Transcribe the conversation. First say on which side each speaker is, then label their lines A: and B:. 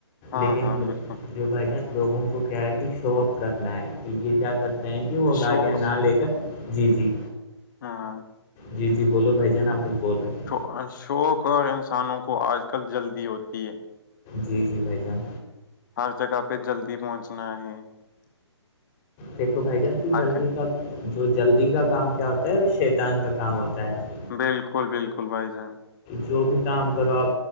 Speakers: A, on the left; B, on the left.
A: ہاں
B: لیکن
A: ہاں، بالکل
B: جو بھ ج لوگوں کو کیا ہے کہ شو اپ کرنا ہے تو یہ کیا کرتے ہیں وہ
A: شو
B: گاڑیاں نہ لے کر جی جی
A: ہاں
B: جی جی بولو بھائی جان آپ خچود بول رہے ہو
A: اور شوق اور انسانوں کو آج کل جلدی ہوتی ہے
B: جی -جی بھائی جان-
A: ہر جگہ پہ جلدی پہنچنا ہے-
B: دیکھو بھائی, جان کہ
A: حق
B: جلدی
A: ہے۔
B: کا جو جلدی کا کام کیا ہوتا ہے وہ شیطان کا کام ہوتا ہے-
A: بالکل- بالکل بھائی جان-
B: جو بھی کام کرو آپ